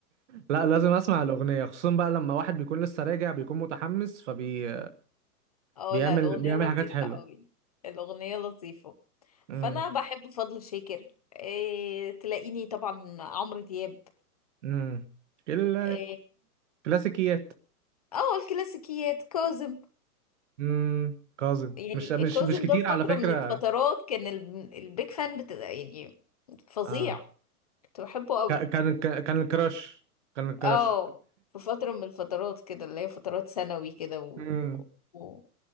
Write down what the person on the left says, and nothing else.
اه
لا الاغنية
لطيفة
قوي الاغنية لطيفة
فانا بحب فضل شاكر إيه... تلاقيني طبعا عمرو دياب
إيه...
اه الكلاسيكيات كاظم
يعني
كاظم
ده في فترة
من الفترات كان ال- البيك فان بتبقى يعني فظيع
كنت بحبه قوي
اه في فترة من الفترات كده اللي هي فترات ثانوي كده و...
و...